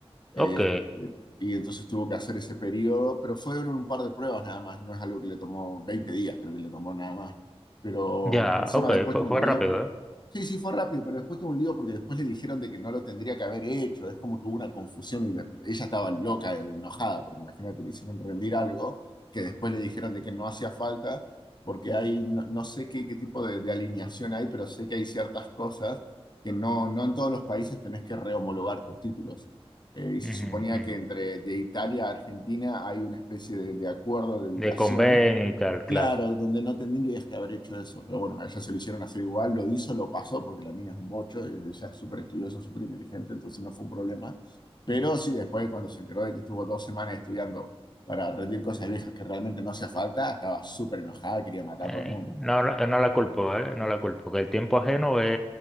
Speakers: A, on the left; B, in the centre.
A: Eh,
B: Ok,
A: y entonces tuvo que hacer ese periodo, pero fueron un par de pruebas nada más, no es algo que le tomó 20 días, creo que le tomó nada más. Pero
B: ya,
A: encima
B: ok,
A: después
B: fue,
A: tuvo
B: fue
A: un lío
B: rápido,
A: porque...
B: ¿eh?
A: Sí, sí, fue rápido, pero después tuvo un lío porque después le dijeron de que no lo tendría que haber hecho, es como que hubo una confusión y la- ella estaba loca, eh, enojada, porque imagínate, le hicieron rendir algo que después le dijeron de que no hacía falta, porque hay, no, no sé qué, qué tipo de, de alineación hay, pero sé que hay ciertas cosas que no, no en todos los países tenés que rehomologar tus títulos. Eh, y se
B: Ujú,
A: suponía
B: ujú, ujú.
A: que entre de Italia a Argentina hay una especie de, de acuerdo de educación.
B: De convenio y tal,
A: Claro,
B: claro.
A: donde no tendrías que haber hecho eso, pero bueno, a ella se lo hicieron hacer igual, lo hizo, lo pasó, porque la mina es un bocho, y ella es súper estudiosa, súper inteligente, entonces no fue un problema. Pero sí, después cuando se enteró de que estuvo dos semanas estudiando para rendir cosas viejas que realmente no hacía falta, estaba súper enojada, quería matar
B: Eh,
A: a todo el mundo.
B: no, no no la culpo, ¿eh? No la culpo, que el tiempo ajeno es,